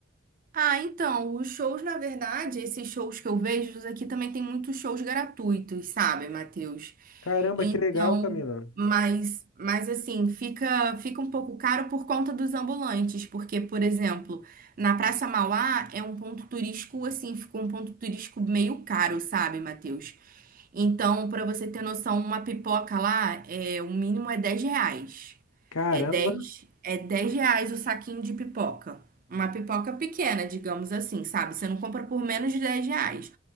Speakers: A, on the right; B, on the left.
A: Ah, então, os shows, na verdade, esses shows que eu vejo aqui também tem muitos shows gratuitos, sabe, Matheus?
B: Caramba,
A: Então,
B: que legal, Camila.
A: mas, mas assim, fica, fica um pouco caro por conta dos ambulantes, porque, por exemplo, na Praça Mauá é um ponto turístico, assim, ficou um ponto turístico meio caro, sabe, Matheus? Então, para você ter noção, uma pipoca lá, é, o mínimo é 10 reais.
B: Caramba,
A: É dez é dez reais o saquinho de pipoca. Uma pipoca pequena, digamos assim, sabe? Você não compra por menos de 10 reais.